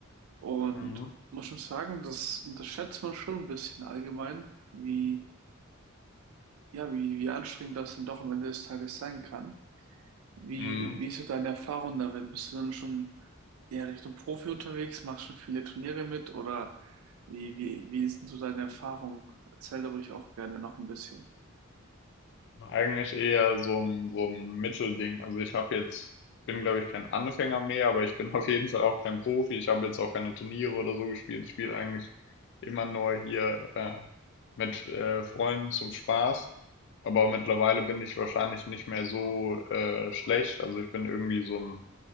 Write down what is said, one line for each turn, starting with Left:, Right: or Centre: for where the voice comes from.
Right: Und
Left: Mhm.
Right: muss schon sagen, das unterschätzt man schon ein bisschen allgemein, wie, ja, wie, wie anstrengend das dann doch am Ende des Tages sein kann. Wie,
Left: Mhm.
Right: wie ist so deine Erfahrung darin? Bist du dann schon eher Richtung Profi unterwegs? Machst schon viele Turniere mit? Oder wie, wie, wie ist denn so deine Erfahrung? Erzähl da ruhig auch gerne noch ein bisschen.
Left: Eigentlich eher so ein, so ein Mittelding. Also ich habe jetzt, ich bin glaube ich kein Anfänger mehr, aber ich bin <laughs> auf jeden Fall auch kein Profi. Ich habe jetzt auch keine Turniere oder so gespielt. Ich spiele eigentlich immer nur hier äh, mit äh, Freunden zum Spaß. Aber mittlerweile bin ich wahrscheinlich nicht mehr so äh, schlecht. Also ich bin irgendwie so ein,